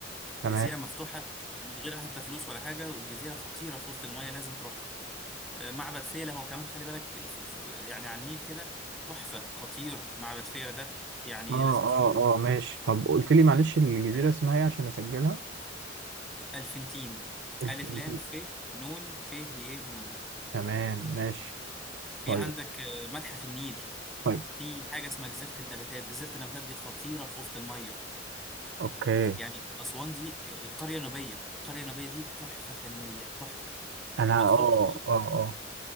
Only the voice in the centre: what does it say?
جزيرة مفتوحة من غير حتى فلوس ولا حاجة وجزيرة خطيرة في وسط المية لازم تروحها آه، معبد فيلة هو كمان خلي بالك ف- ف- يعني على النيل كده تحفة خطير معبد فيلة ده يعني
لازم تشوفه
آه،
ألفنتين
ألف لام ف نون ت ي نون
في
عندك آه، متحف النيل
في حاجة اسمها جزيرة النباتات جزيرة النباتات دي خطيرة في وسط المية
يعني أسوان دي آه، القرية النوبية القرية النوبية دي تحفة فنية تحفة
بتخش